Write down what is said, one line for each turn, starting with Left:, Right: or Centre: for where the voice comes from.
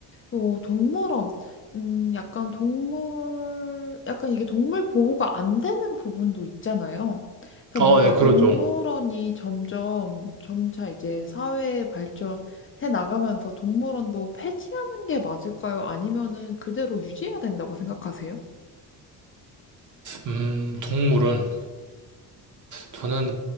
Left: 요 동물원, 음, 약간 동물, 약간 이게 동물 보호가 안 되는 부분도 있잖아요. 그래서
Right: 어,
Left: 뭔가
Right: 네, 그러죠.
Left: 동물원이 점점, 점차 이제 사회 발전해 나가면서 동물원도 폐지하는 게 맞을까요? 아니면은 그대로 유지해야 된다고 생각하세요?
Right: 음, 동물은 저는